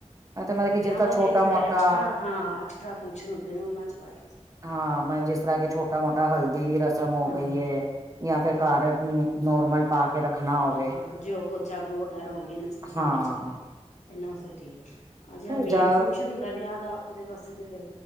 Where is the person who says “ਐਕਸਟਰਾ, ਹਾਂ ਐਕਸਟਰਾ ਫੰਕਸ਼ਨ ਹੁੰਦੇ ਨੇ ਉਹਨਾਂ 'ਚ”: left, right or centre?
Left